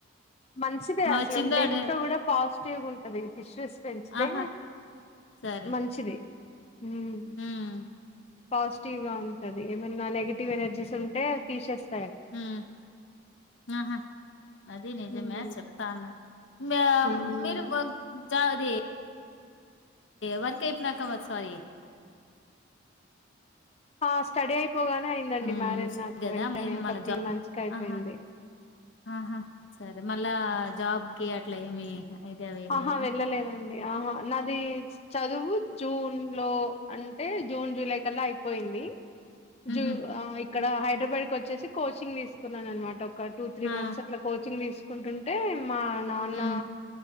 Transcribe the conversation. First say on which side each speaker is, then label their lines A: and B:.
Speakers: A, on the left; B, on the left.
A: మంచిదే
B: ఆ
A: అట్ల
B: చిన్నోడు
A: ఉంటే ఇంట్లో కూడా పాజి టివ్ గా ఉంటది ఈ ఫిష్స్ పెంచితే
B: ఆహా సరే
A: మంచిది హ్మ్
B: హ్మ్
A: పాజిటివ్ గా ఉంటది ఏమన్నా నెగటివ్ ఎనర్జీస్ ఉంటే తీసేస్త
B: హ్మ్ ఆహా అది నిజమే
A: ఉమ్
B: చెప్తాన్నా మ
A: ఉమ్
B: మీరు వర్ చావ్ దే వర్క్ అయిపోయినాక వస్తవా ఏ
A: ఆ స్టడీ అయి పోగానే అయిందండి
B: హ్మ్
A: మ్యారేజ్ నాకు
B: కదా
A: వెంటనే ఒక
B: మళ్ళ
A: త్రీ
B: జాబ్
A: మంత్స్ కె అయిపోయింది
B: ఆహా ఆహా సరే మళ్ళా జాబ్కి అట్లా ఏమి అయితే అవి
A: ఆహా
B: లేదా
A: వెళ్ళలేదండి ఆహా నాది చదువు జూన్ లో అంటే జూన్ జూలై కల్లా అయిపోయింది
B: హుహు.
A: జు అ ఇక్కడ హైడ్రబాద్ కి వచ్చేసి కోచింగ్ తీసుకున్నాననమాట ఒక టూ త్రీ
B: ఆ!
A: మంత్స్ అట్ల కోచింగ్ దీస్ కుంటుంటే మా నాన్న
B: హ్మ్.